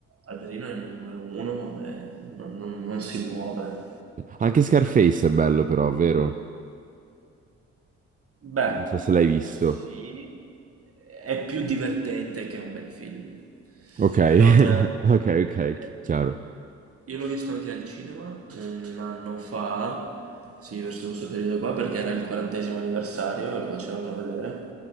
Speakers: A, on the right; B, on the right.
A: Adrino è il numero uno e non non- non si muove.
B: Anche Scarface è bello però, vero?
A: Beh,
B: Non so se l'hai visto.
A: sì, è più divertente che un bel film.
B: Ok, <laughs>
A: Non... eh,
B: ok, ok, chi- chiaro.
A: Io l'ho visto anche al cinema un anno fa, sì, verso questo periodo qua, perché era il quarantesimo anniversario e lo facevano vedere.